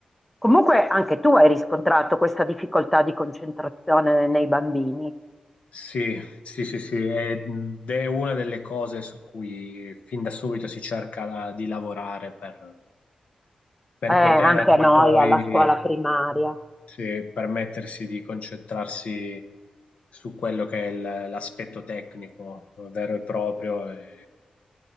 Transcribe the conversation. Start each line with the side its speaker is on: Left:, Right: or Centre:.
Centre: Comunque anche tu hai riscontrato questa difficoltà di concentrazione nei bambini.
Left: Sì, sì, sì, sì, ed è una delle cose su cui fin da subito si cerca la- di lavorare per, per
Centre: Eh, anche
Left: poter
Centre: a noi
Left: poi
Centre: alla scuola primaria.
Left: sì, permettersi di concentrarsi su quello che è il- l'aspetto tecnico vero e proprio, e